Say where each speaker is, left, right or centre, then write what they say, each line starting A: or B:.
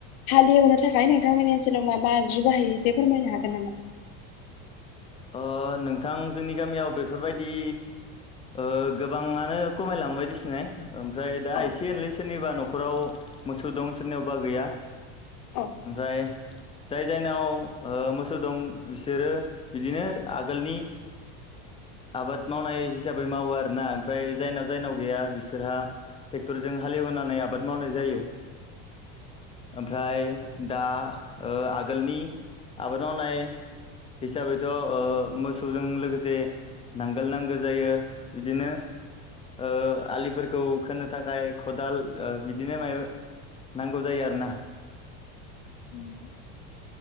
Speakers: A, on the left; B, on the left.
A: हालेवनो थाखाय नोंथांमोननि ओनसोलाव मा मा आगजु बाहायो एसे फोरमायनो हागोन नामा
B: ओ नोंथां जोंनि गामियाव बेफोरबायदि ओ गोबाङानो खमायलांबायदिसिनाय ओमफ्राय दा
A: औ
B: एसे एनै सोरनिबा न'खराव मोसौ दं सोरनियावबा गैया
A: औ
B: ओमफ्राय जाय जायनाव ओ मोसौ दं बिसोरो बिदिनो आगोलनि आबाद मावनाय हिसाबै मावो आरोना ओमफ्राय जायनाव जायनाव गैया बिसोरहा ट्रेक्टरजों हालेवोननानै आबाद मावनाय जायो ओमफ्राय दा आगोलनि आबाद मावनाय हिसाबैथ ओ मोसौजों
A: औ
B: लोगोसे नांगोल नांगो जायो बिदिनो ओ आलिफोरखौ खोनो थाखाय खदाल ओ बिदिनो माबा नांगौ जायो आरो ना
A: उम